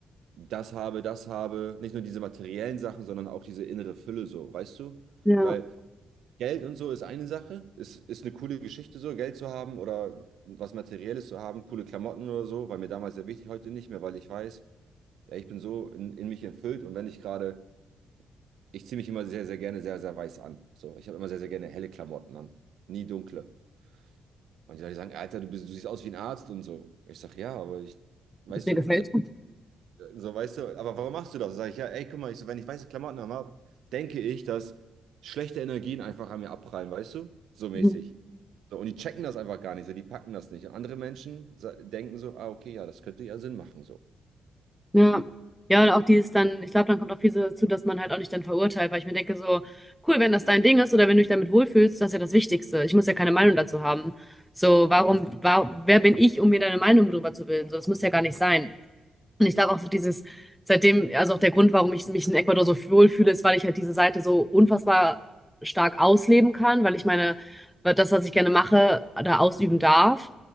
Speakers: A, on the right; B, in the centre.
A: das habe, das habe, nicht nur diese materiellen Sachen, sondern auch diese innere Fülle so, weißt du?
B: ja.
A: Weil Geld und so ist eine Sache, ist, ist eine coole Geschichte so, Geld zu haben oder was Materielles zu haben, coole Klamotten oder so, war mir damals sehr wichtig, heute nicht mehr, weil ich weiß, ey, ich bin so in, in mich erfüllt und wenn ich gerade, ich ziehe mich immer sehr, sehr gerne sehr, sehr weiß an. So, ich habe immer sehr, sehr gerne helle Klamotten an, nie dunkle. Und die Leute sagen, Alter, du bist, du siehst aus wie ein Arzt und so. Ich sage, ja, aber ich, weißt
B: Was mir
A: du,
B: gefällt.
A: So, weißt du, aber warum machst du das? Sag ich, ja, ey, guck mal, ich so, wenn ich weiße Klamotten habe, denke ich, dass schlechte Energien einfach an mir abprallen, weißt du? So mäßig.
B: Mhm.
A: So, und die checken das einfach gar nicht, so, die packen das nicht. Und andere Menschen sa- denken so, ah, okay, ja, das könnte ja Sinn machen, so.
B: Ja. Ja, und auch dieses dann, ich glaube, dann kommt auch viel so dazu, dass man halt auch nicht dann verurteilt, weil ich mir denke, so, cool, wenn das dein Ding ist oder wenn du dich damit wohlfühlst, das ist ja das Wichtigste. Ich muss ja keine Meinung dazu haben. So, warum, wa wer bin ich, um mir deine Meinung darüber zu bilden? So, das muss ja gar nicht sein. Und ich
A: Mhm.
B: glaube auch so dieses, seitdem, also auch der Grund, warum ich mich in Ecuador so wohlfühle, ist, weil ich halt diese Seite so unfassbar stark ausleben kann, weil ich meine, weil das, was ich gerne mache, da ausüben darf.